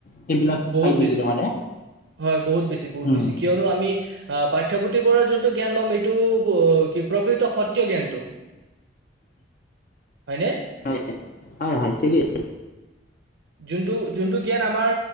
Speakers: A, on the left; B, on the right.
A: সেইবিলাক
B: বহুত
A: চাই থাকিলে
B: বেছি
A: মানে?
B: হয়। বহুত বেছি বহুত
A: উম
B: বেছি। কিয়নো আমি আহ পাঠ্যপুথিৰ পৰা যোনটো জ্ঞান ল'ম এইটো কি প্ৰকৃত সত্য জ্ঞানটো। হয়নে?
A: হয়, হয়, হয় ঠিকেই।
B: যোনটো যোনটো জ্ঞান আমাৰ